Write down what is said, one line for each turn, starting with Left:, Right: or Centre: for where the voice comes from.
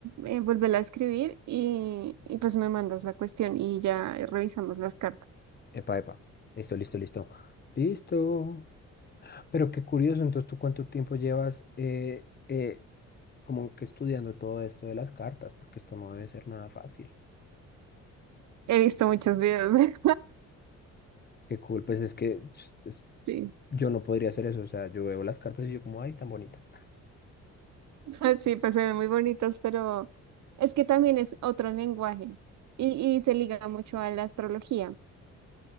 Right: eh, vuélvela a escribir y, y pues me mandas la cuestión y ya revisamos las cartas.
Left: Epa, epa. Listo, listo, listo. Listo. Pero qué curioso, entonces, ¿tú cuánto tiempo llevas eh, eh, como que estudiando todo esto de las cartas? Porque esto no debe ser nada fácil.
Right: He visto muchos videos. <laughs>
Left: Qué cool, pues es que es- es-
Right: Sí,
Left: yo no podría hacer eso, o sea, yo veo las cartas y yo como, ay, tan bonitas.
Right: <laughs> sí, pues se ven muy bonitas, pero es que también es otro lenguaje y, y se liga mucho a la astrología.